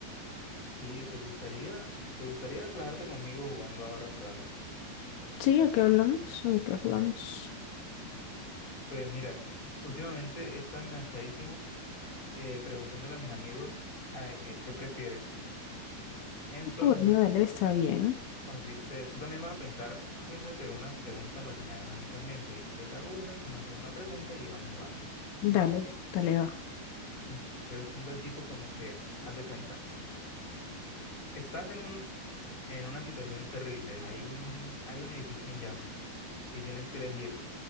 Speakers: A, on the left; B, on the left.
A: Sí, ¿te gustaría, te gustaría relajarte conmigo jugando ahora un rato?
B: Sí, ¿a qué hablamos? ¿A qué jugamos?
A: Pues mira, últimamente he estado enganchadísimo eh, preguntándole a mis amigos ah, eh, qué prefieres. Entonces,
B: Ah, bueno, dale, está bien.
A: consiste, tú también vas a pensar, tú piénsate una pregunta para que me hagas a mí también. Entonces, yo te hago una y tú me haces una pregunta y vamos jugando.
B: Dale,
A: Va.
B: dale, va.
A: Entonces, son del tipo como que, haz de cuenta, estás en un, en una situación terrible, hay un, hay un edificio en llamas y tienes que elegir,